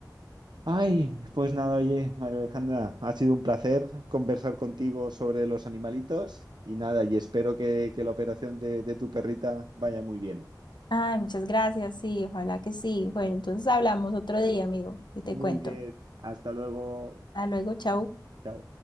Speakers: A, on the right (about 80°); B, on the left (about 85°).
A: Ay, pues nada, oye, María Alejandra, ha sido un placer conversar contigo sobre los animalitos y nada, y espero que, que la operación de, de tu perrita vaya muy bien.
B: Ay, muchas gracias, sí, ojalá que sí. Bueno, entonces hablamos otro día, amigo, y te
A: Muy
B: cuento.
A: bien, hasta luego.
B: Hasta luego, chau.
A: Chao.